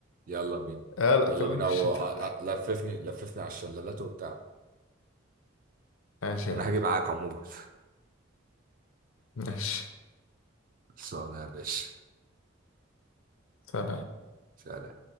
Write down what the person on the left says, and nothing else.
اه لا
خلينا
في الشتاء
ماشي
يا عم
ماشي
سلام